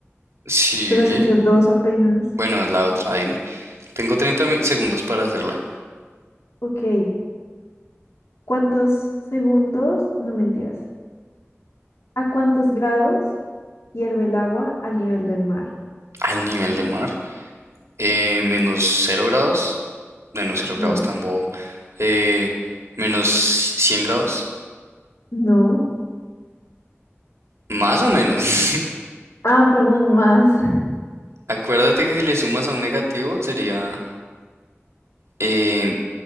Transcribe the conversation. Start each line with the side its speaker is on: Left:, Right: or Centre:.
Right: Sí.
Left: Pero has hecho dos apenas.
Right: Bueno, la otra, dime. Tengo 30 mi- segundos para hacerla.
Left: Ok, ¿cuántos segundos? No mentiras. ¿A cuántos grados hierve el agua al nivel del mar?
Right: Al nivel del mar. Eh, menos cero grados. Menos cero
Left: No,
Right: grados tan bobo. Eh, menos 100 grados.
Left: no.
Right: Más o menos. <laughs>
Left: Ah, perdón, más. <laughs>
Right: Acuérdate que si le sumas a un negativo sería em,